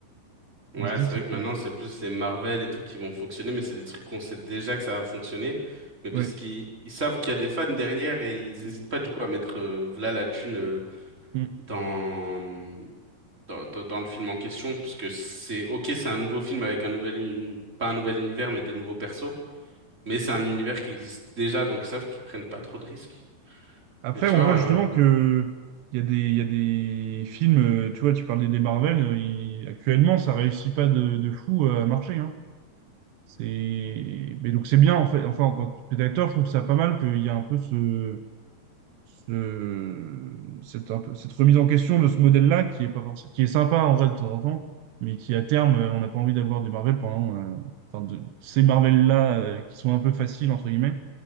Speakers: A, on the right (about 15°); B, on the right (about 80°).
A: Ouais,
B: on se dit
A: c'est
B: que
A: vrai
B: c'était...
A: que maintenant, c'est plus les Marvel et tout qui vont fonctionner, mais c'est des trucs qu'on sait déjà que ça va fonctionner. Mais parce
B: Ouais.
A: qu'ils ils savent qu'il y a des fans derrière et ils hésitent pas du coup à mettre euh, v'là la thune euh,
B: Mm.
A: dans, dans, dans, dans le film en question. Parce que c'est ok, c'est un nouveau film avec un nouvel, uni- pas un nouvel univers, mais des nouveaux persos. Mais c'est un univers qui existe déjà, donc ils savent qu'ils prennent pas trop de risques.
B: Après,
A: Et tu
B: on
A: vois,
B: voit
A: euh,
B: justement que il y a des, il y a des films, euh, tu vois, tu parlais des Marvel, euh, il- actuellement, ça réussit pas de, de fou euh, à marcher, hein. C'est, mais donc c'est bien, en fait, enfin, en tant que spectateur, je trouve ça pas mal qu'il y a un peu ce, ce- cette, un peu, cette remise en question de ce modèle-là qui est pas forcément, qui est sympa en vrai de temps en temps, mais qui à terme, euh, on n'a pas envie d'avoir des Marvel pendant, euh, enfin, de, ces Marvel-là, euh, qui sont un peu faciles, entre guillemets,